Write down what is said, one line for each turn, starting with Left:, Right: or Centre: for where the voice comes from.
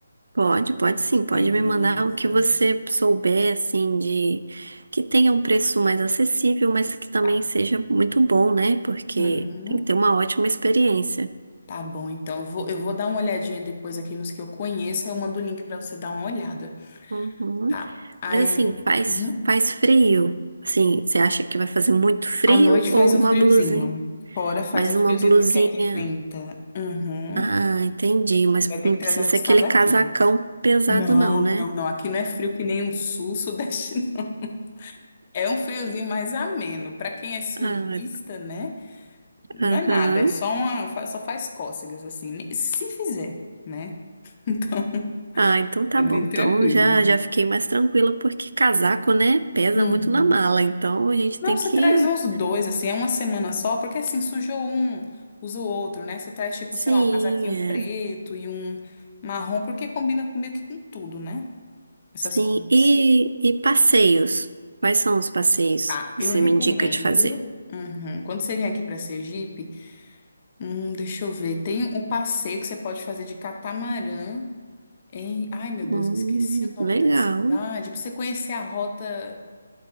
Right: Pode, pode sim, pode
Left: Beleza.
Right: me mandar o que você souber, assim, de que tenha um preço mais acessível, mas que também
Left: Tá.
Right: seja muito bom, né? Porque
Left: Uhum.
Right: tem que ter uma ótima experiência.
Left: Tá bom, então eu vou, eu vou dar uma olhadinha depois aqui nos que eu conheço, aí eu mando o link pra você dar uma olhada,
Right: Uhum.
Left: tá? Aí,
Right: Mas assim, faz,
Left: uhum.
Right: faz frio. Assim, você acha que vai fazer muito frio
Left: À noite
Right: ou
Left: faz um
Right: uma
Left: friozinho.
Right: blusinha?
Left: Fora faz
Right: Mais
Left: um
Right: uma
Left: friozinho
Right: blusinha.
Left: porque aqui venta. Uhum.
Right: Ah, entendi. Mas
Left: Você vai ter
Right: não
Left: que
Right: precisa
Left: trazer uns
Right: ser aquele
Left: casaquinhos.
Right: casacão pesado,
Left: Não,
Right: não, né?
Left: não, não. Aqui não é frio que nem um sul, sudeste. não. É um friozinho mais ameno. Para quem é sulista,
Right: Ah,
Left: né? Não
Right: aham.
Left: é nada, é só uma, fa- só faz cócegas assim, ne- se fizer, né? <laughs> Então,
Right: Ah, então tá
Left: é bem
Right: bom. Então
Left: tranquilo.
Right: já, já fiquei mais tranquila, porque casaco, né, pesa
Left: Uhum.
Right: muito na mala. Então a gente
Left: Não,
Right: tem
Left: você
Right: que.
Left: traz os dois, assim, é uma semana só, porque assim, sujou um, usa o outro, né? Você traz, tipo,
Right: Sim,
Left: sei lá, um casaquinho
Right: é.
Left: preto e um marrom, porque combina com- meio que com tudo, né? Essas
Right: Sim.
Left: cores.
Right: E, e passeios? Quais são os passeios
Left: Tá,
Right: que
Left: eu
Right: você
Left: recomendo.
Right: me indica de fazer?
Left: Uhum. Quando você vier aqui para Sergipe, Hum, deixa eu ver. Tem um passeio que você pode fazer de catamarã em. Ai, meu Deus,
Right: Hum,
Left: eu esqueci o
Right: legal.
Left: nome da cidade. Pra você conhecer a rota.